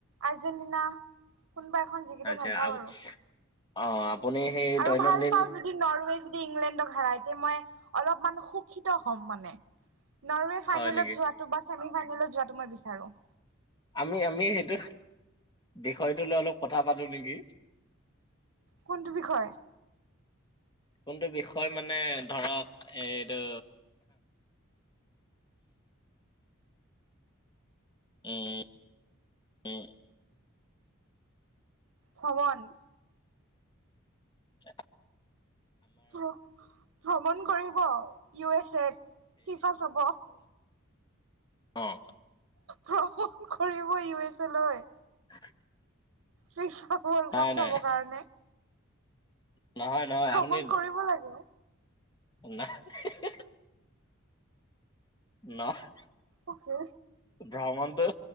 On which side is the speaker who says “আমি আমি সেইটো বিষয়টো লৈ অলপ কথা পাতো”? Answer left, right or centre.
Left